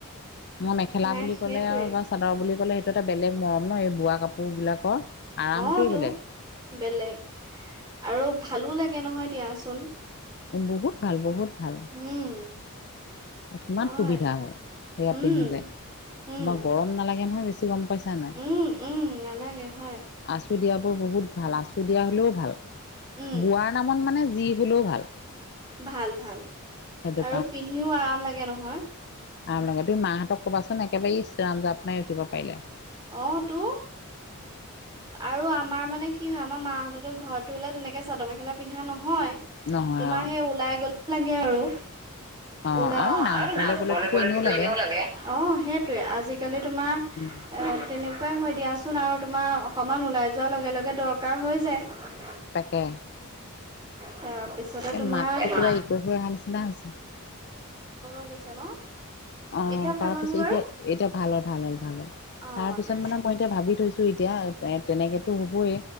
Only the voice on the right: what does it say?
নাই
সেইটোৱে
অ তো
বেলেগ আৰু ভালো লাগে নহয় দিয়াচোন।
উম
হয়
উম
উম
উম উম নালাগে হয়
উম
ভাল ভাল
আৰু পিন্ধিও আৰাম লাগে নহয়।
অহ তো। আৰু আমাৰ মানে কি হয় আমাৰ মাহঁততো ঘৰত ধৰিলে তেনেকে চাদৰ মেখেলা পিন্ধা নহয়। হয়
তোমাৰ
সেই ওলাই গলে লাগে আৰু।
ওলাইলে
গলে
এনে ল অ সেইটোৱে আজিকালি তোমাৰ।
তেনেকুৱাই হয় দিয়াচোন আৰু তোমাৰ অকমান ওলাই যোৱাৰ লগে লগে দৰকাৰ হৈ যায়।
তাৰপিছতে
তোমাৰ
নি
হৈ গৈছ ন।
এতিয়া ভাল
হ'ল
নে বাৰু
অ',
তাকে